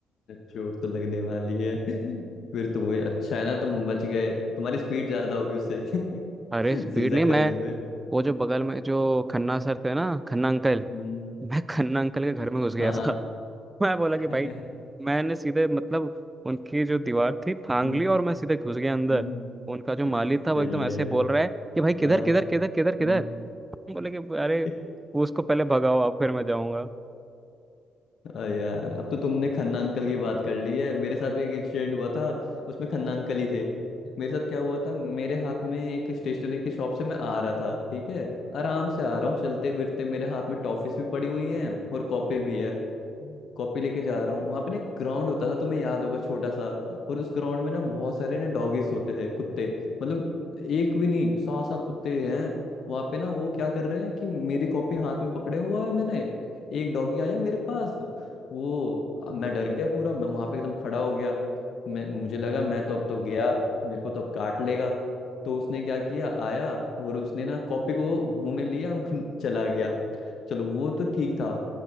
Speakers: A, on the left (about 55°); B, on the right (about 15°).
A: चोट तो लगने वाली है फिर तो वही अच्छा है ना तुम बच गए तुम्हारी स्पीड ज्यादा होगी उससे <laughs>
B: अरे स्पीड
A: जिगजैग
B: नहीं मैं
A: करने में
B: वो जो बगल में जो खन्ना सर थे ना खन्ना अंकल
A: हम्म,
B: मैं खन्ना अंकल के
A: हम्म।
B: घर में घुस गया
A: हाँ
B: था
A: हाँ
B: <laughs> मैं बोला कि
A: <laughs>
B: भाई मैंने सीधे मतलब उनकी जो दीवार थी फांग
A: हम्म,
B: ली और मैं सीधे घुस गया
A: हम्म,
B: अंदर उनका
A: सही
B: जो माली था वो एकदम ऐसे
A: है
B: बोल
A: यार
B: रहा है कि भाई किधर
A: हाँ
B: किधर किधर किधर किधर
A: हम्म।
B: बोले कि अरे
A: <laughs>
B: उसको पहले भगाओ आप फिर मैं जाऊंगा
A: अरे यार अब तो तुमने खन्ना अंकल की बात कर ली है मेरे साथ भी एक इंसिडेंट हुआ था उसमें खन्ना अंकल ही थे मेरे साथ क्या हुआ था मेरे हाथ में एक स्टेशनरी की शॉप से मैं आ रहा था ठीक है आराम से आ रहा हूँ चलते फिरते मेरे हाथ में टॉफिस भी पड़ी हुई है और कॉपी भी है कॉपी लेके जा रहा हूँ वहां पे ना एक ग्राउंड होता था तुम्हें याद होगा छोटा सा और उस ग्राउंड में ना बहुत सारे ना डॉगीज होते थे कुत्ते मतलब एक भी नहीं सात सात कुत्ते हैं वहां पे ना वो क्या कर रहे हैं कि मेरी कॉपी हाथ में पकड़े हुआ है मैंने एक डॉगी आया मेरे पास वो आ, मैं डर गया पूरा मैं वहां पे एकदम खड़ा हो गया मैं मुझे लगा मैं तो अब तो गया मेरे को तो अब काट लेगा तो उसने क्या किया आया और उसने ना कॉपी को मुंह में लिया और <laughs> चला गया चलो वो तो ठीक था